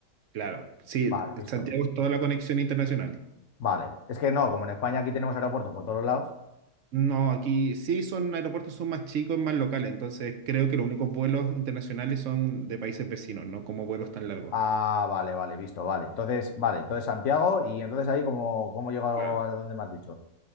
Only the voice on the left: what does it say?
Vale, visto.
Vale. Es que no, como en España aquí tenemos aeropuertos por todos lados.
Ah, vale, vale, visto, vale. Entonces, vale, entonces Santiago, y entonces ahí, ¿cómo, cómo llegó
a donde me has dicho?